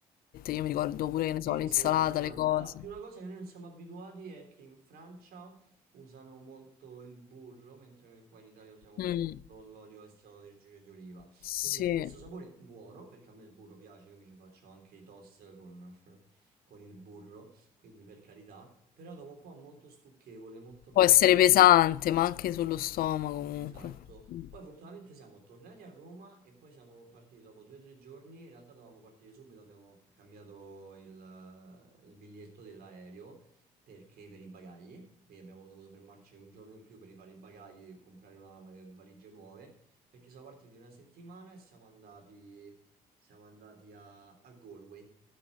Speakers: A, on the left (about 65°); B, on the right (about 70°).
A: Io mi ricordo pure, che ne
B: Sì,
A: so, l'insalata,
B: sì, a- a-
A: le
B: allora,
A: cose.
B: la prima cosa che noi non siamo abituati è che in Francia usano molto il burro, mentre noi qua in Italia usiamo molto
A: Mm,
B: l'olio extravergine di oliva.
A: Sì,
B: Quindi è questo sapore buono, perché a me il burro piace, io mi ci faccio anche i toast con, <laughs> con il burro, quindi per carità, però dopo un po' è molto stucchevole, molto pesante.
A: può essere pesante, ma anche sullo stomaco comunque.
B: Esatto,
A: Mm.
B: poi fortunatamente siamo tornati a Roma e poi siamo partiti dopo due o tre giorni, in realtà dovevamo partire subito, abbiamo cambiato il, eh, il biglietto dell'aereo perché per i bagagli, quindi abbiamo dovuto fermarci un giorno in più per rifare i bagagli e comprare una, eh, valigie nuove, perché siamo partiti una settimana e siamo andati, siamo andati a, a Galway,